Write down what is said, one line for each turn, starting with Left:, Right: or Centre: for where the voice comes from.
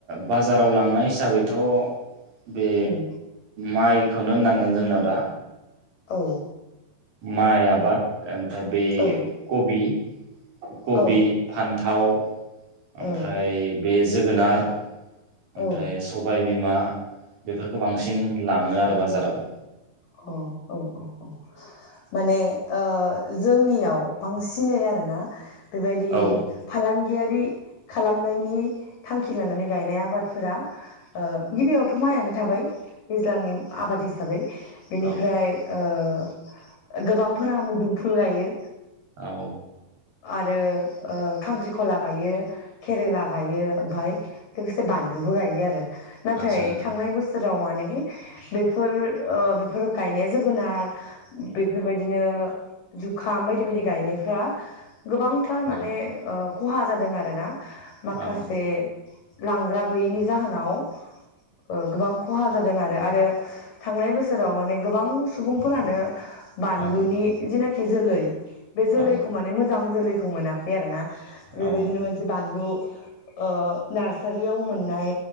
Right: बाजाराव लांनाय हिसाबैथ बे
Left: उम
Right: माइखौनो होननांगोन जोंनाव दा
Left: औ
Right: माइ आबाद <unintelligible> बे
Left: औ
Right: कबि कबि
Left: औ
Right: फान्थाव ओमफ्राय
Left: औ
Right: बे जोगोनार ओमफ्राय
Left: औ
Right: सबायबिमा बेफोरखौ बांसिन लाङो आरो बाजाराव
Left: औ औ औ औ माने ओ जोंनियाव बांसिनै आरोना बेबायदि
Right: औ
Left: फालांगियारि खालामनायनि थांखि लानानै गायनाय आबादफोरा ओ गिबियावथ माइआनो थाबाय दैज्लांनि आबाद हिसाबै बेनिफ्राय
Right: औ
Left: ओ गोबांफोरा मुदुमफुल गायो
Right: औ
Left: आरो खांख्रिखला गायो केरेला गायो ओमफ्राय लोगोसे बानलुबो गायो आरो नाथाय
Right: आदसा
Left: थांनाय बोसोर राव माने बेफोर ओ बेफोर गायनाया जोगोनार बेफोरबायदिनो जुखाम बायदि बायदि गायनायफ्रा गोबांथार माने
Right: औ
Left: खहा जादों आरो ना माखासे
Right: औ
Left: लांग्रा गैयिनि जाहोनाव ओ गोबां खहा जादों आरो, आरो थांनाय बोसो सोराव माने गोबां सुबुंफोरानो बानलुनि
Right: औ
Left: जेनाखि जोलै बे जोलैखौ
Right: औ
Left: माने मोजां जोलै खौ मोनाखै आरो ना। बेबायदिनो
Right: औ
Left: मोनसे बानलु ओ नार्सारियाव मोननाय